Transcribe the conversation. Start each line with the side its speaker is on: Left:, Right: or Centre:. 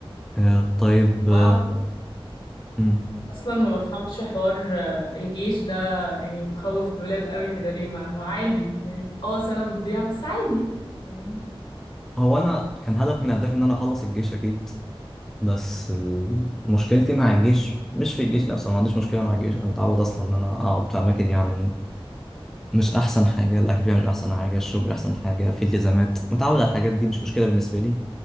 Centre: آه، طيب آه،
Left: هو انا اصلا
Centre: مم.
Left: أصلاً ما بفهمش حوار آه، الجيش ده يعني مخوف الولاد قوي كده ليه ما ما عادي يعني اه سنة بتضيع بس عادي يعني
Centre: هو انا كان هدف من اهدافي ان انا اخلص الجيش اكيد بس ال- مشكلتي مع الجيش مش في الجيش نفسه ما عنديش مشكله مع الجيش انا متعود اصلا ان انا اقعد في اماكن يعني مش احسن حاجه الاكاديميه مش احسن حاجه الشغل مش احسن حاجه في التزامات متعود على الحاجات دي مش مشكله بالنسبه لي